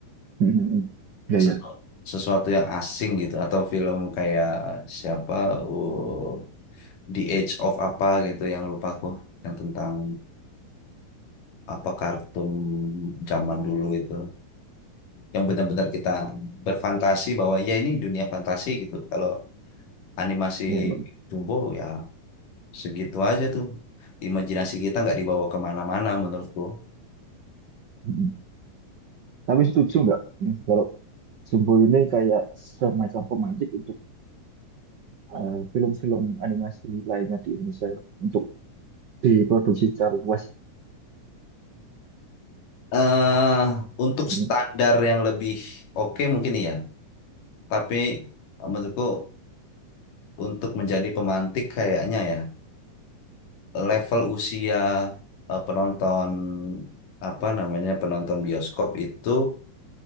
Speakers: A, on the right; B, on the left.
A: Mm-mm. ya ya
B: Sesu- sesuatu yang asing gitu atau film kayak siapa oh, The Age of apa gitu yang lupa aku yang tentang apa kartun zaman dulu itu yang benar-benar kita berfantasi bahwa ya ini dunia fantasi gitu. Kalau animasi
A: ya ya
B: Jumbo ya segitu aja tuh. Imajinasi kita nggak dibawa kemana-mana menurutku.
A: Mm-mm. tapi setuju nggak Mas, kalau Jumbo ini kayak semacam pemancing untuk eh, film-film animasi lainnya di Indonesia untuk diproduksi secara luas.
B: eh untuk
A: Jadi,
B: standar yang lebih oke mungkin iya. Tapi eh, menurutku untuk menjadi pemantik kayaknya ya level usia eh, penonton apa namanya penonton bioskop itu